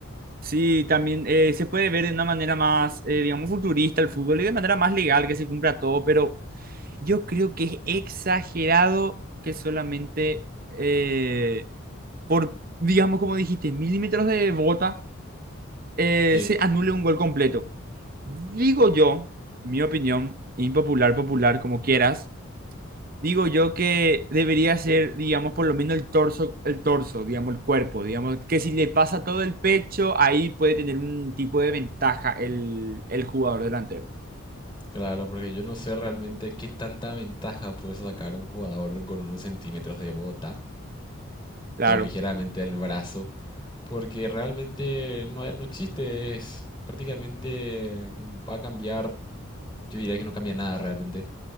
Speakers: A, on the right (about 45°); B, on the left (about 15°).
A: Sí, también eh, se puede ver de una manera más, eh, digamos, futurista el fútbol y de manera más legal que se cumpla todo, pero yo creo que es exagerado que solamente eh, por, digamos, como dijiste, milímetros de bota eh,
B: Sí.
A: se anule un gol completo. Digo yo, mi opinión, impopular, popular, como quieras, Digo yo que debería ser, digamos, por lo menos el torso, el torso, digamos, el cuerpo, digamos, que si le pasa todo el pecho, ahí puede tener un tipo de ventaja el, el jugador delantero.
B: Claro, porque yo no sé realmente qué tanta ventaja puede sacar un jugador con unos centímetros de bota
A: Claro,
B: o ligeramente el brazo, porque realmente no, hay- no existe, es prácticamente va a cambiar, yo diría que no cambia nada realmente.